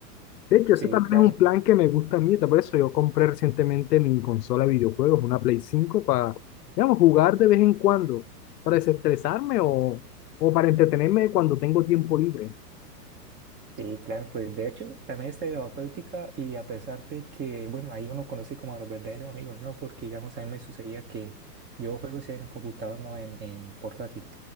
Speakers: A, on the left; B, on the right.
A: De hecho, ese
B: Sí,
A: también
B: claro.
A: es un plan que me gusta a mí, por eso yo compré recientemente mi consola de videojuegos, una Play 5 para, digamos, jugar de vez en cuando, para desestresarme o, o para entretenerme cuando tengo tiempo libre.
B: Sí, claro, pues de hecho también es terapéutica y a pesar de que, bueno, ahí uno conoce como a los verdaderos amigos, ¿no? Porque digamos a mí me sucedía que yo juego es en computador, no en, en portátil.